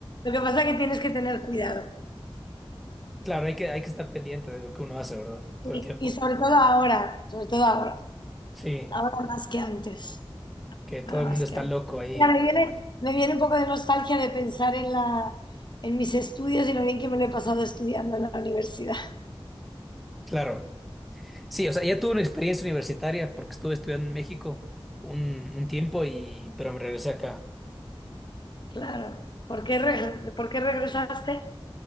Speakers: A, on the left; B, in the centre.
A: que pasa que tienes que tener cuidado.
B: Claro, hay que, hay que estar pendiente de lo que uno hace, ¿verdad? Todo
A: Y,
B: el tiempo.
A: y sobre todo ahora, sobre todo ahora.
B: Sí,
A: Ahora más que antes.
B: que todo
A: Ahora
B: el
A: más
B: mundo está
A: que antes.
B: loco ahí.
A: Mira, me viene, me viene un poco de nostalgia de pensar en la, en mis estudios y lo bien que me lo he pasado estudiando en la universidad.
B: Claro. Sí, o sea, ya tuve una experiencia universitaria porque estuve estudiando en México un, un tiempo y, pero me regresé acá.
A: Claro. ¿Por qué, reg- por qué regresaste?